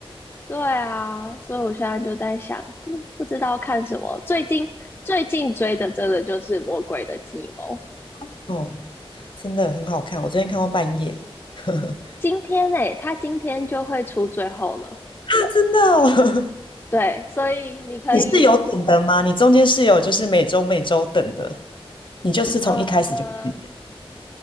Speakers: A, on the left; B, on the left.
A: 对啊，所以我现在就在想，嗯不知道看什么，最近最近追的真的就是《魔鬼的计谋》，
B: <laughs> 哦，真的很好看，我昨天看到半夜。<laughs>
A: 今天呢，他今天就会出最后了。
B: 啊真的哦，
A: 对，所以你可以，
B: <laughs> 你是有等的吗？你中间是有就是每周每周等的，你就是从一开始就看的。
A: 呃，